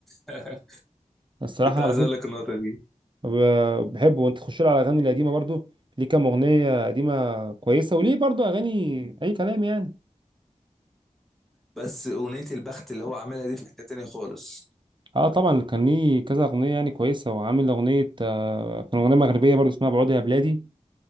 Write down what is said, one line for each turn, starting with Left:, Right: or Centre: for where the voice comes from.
Centre: <laughs>
Right: الصراحه
Centre: كنت
Right: انا
Centre: عايز
Right: بحب
Centre: اقول لك النقطه دي
Right: ب- بحبه وانت تخش له على الاغاني القديمه برضو ليه كام اغنيه قديمه كويسه وليه برضو اغاني اي كلام يعني
Centre: بس اغنيه البخت اللي هو عاملها دي في حته تانيه خالص
Right: اه طبعا كان ليه كذا اغنيه يعني كويسه وعامل اغنيه آه كان اغنيه مغربيه برضو اسمها بعودي يا بلادي